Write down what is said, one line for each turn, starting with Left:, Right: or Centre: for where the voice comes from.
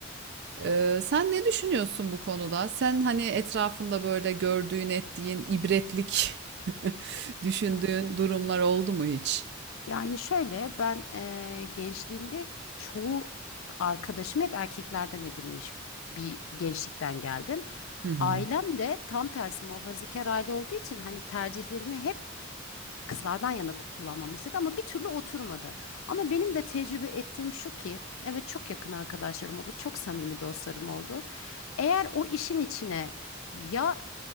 Right: Ee, sen ne düşünüyorsun bu konuda? Sen hani etrafında böyle gördüğün, ettiğin, ibretlik <laughs> düşündüğün durumlar oldu mu hiç?
Left: Yani şöyle ben eee, gençliğimde çoğu arkadaşım hep erkeklerden edinmiş bir gençlikten geldim.
Right: Hı hı.
Left: Ailem de tam tersi muhafazakar aile olduğu için hani tercihlerimi hep kızlardan yana kullanmamı istedi ama bir türlü oturmadı. Ama benim de tecrübe ettiğim şu ki evet çok yakın arkadaşlarım oldu, çok samimi dostlarım oldu. Eğer o işin içine ya